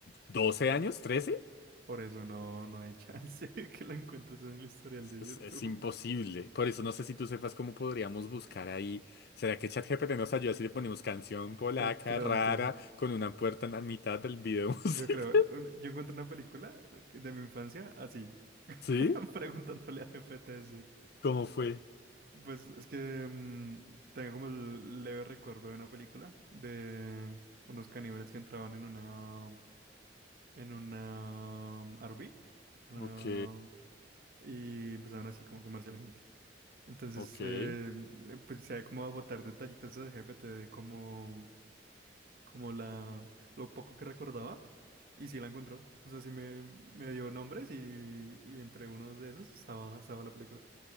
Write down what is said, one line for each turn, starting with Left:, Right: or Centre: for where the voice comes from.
Left: doce años, trece.
Right: Por eso no, no hay chance <laughs> que la encuentres en el historial de
Left: Es,
Right: YouTube.
Left: es imposible. Por eso no sé si tú sepas cómo podríamos buscar ahí. ¿Será que ChatGPT nos ayuda si le ponemos canción polaca
Right: De pronto.
Left: rara con una puerta en la mitad del video musical?
Right: Yo creo, la- una- yo encuentro una película que- de mi infancia así, <laughs>
Left: <laughs> ¿Sí?
Right: preguntándole a GPTS.
Left: ¿Cómo fue?
Right: Pues es que mm, tengo como el leve recuerdo de una película de unos caníbales que entraban en una, en una mm, RV, una-
Left: Ok,
Right: y empezaban así como a comerse a la gente. Entonces,
Left: ok.
Right: eh, pues se da como a botar detallitos a GPT de cómo como la, lo poco que recordaba, y sí la encontró. O sea, sí me, me dio nombres y, y entre unos de esos estaba, estaba la película.